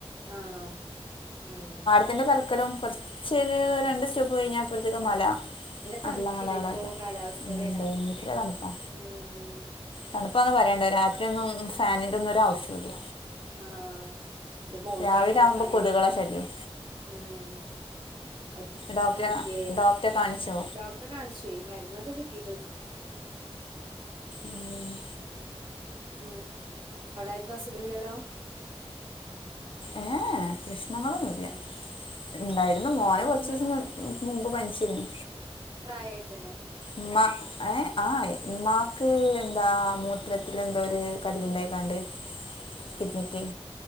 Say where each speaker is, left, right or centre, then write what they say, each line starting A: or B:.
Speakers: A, on the right; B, on the left.
A: ആണോ ഉം
B: ത്തിൻ്റെ തലക്കലും കൊർചൊരു രണ്ട് സ്റ്റോപ്പ് കയ്ഞ്ഞാപ്പോർത്തേക്ക് മല നല്ല
A: തണുപ്പില്ലേ
B: മലകളാക്ക
A: ഇപ്പൊ കാലാവസ്ഥല്ലേ
B: ദയങ്കര തൺപ്പാ
A: ഉം
B: തണുപ്പാന്ന് പറയാണ്ടോ രാത്രിയൊന്നും ഫാനിന്റെന്നും ഒരു ആവശ്യുല്ല
A: ആഹ് ന്റെ മോൾക്കാണെ
B: രാവിലെ
A: പ്പൊ
B: ആകുമ്പോ
A: പനിയാണ്
B: കൊതുകളെ ശല്യം
A: ഉം അ
B: ഡോക്ടറെ
A: മാറ്റേ
B: ഡോക്ടറെ കാണിച്ചോ
A: ഡോ റെ കാണിച്ചേ മര്ന്നൊക്കെ കിട്ടിട്ട്
B: ഏഹ്
A: ഉം അവ്ടാര്ക്കും അസുഖല്ലല്ലോ?
B: ഏ എ പ്രശ്നങ്ങളൊന്നുല്ല
A: ആഹ്
B: ണ്ടായിരുന്നു മോന്
A: ഉമ്മ
B: കൊറച്ചിസം മുമ്പ് പനിച്ചിരുന്നു
A: പ്രായംആയിട്ടന്നെ
B: ഉമ്മ ഏഹ് ആഹ് മ്മാക്ക് എന്താ മൂത്രത്തിലെ ന്തോരു കല്ല്ണ്ടായിക്കാണ്ട്
A: ഉം
B: കിഡ്‌നിക്കെ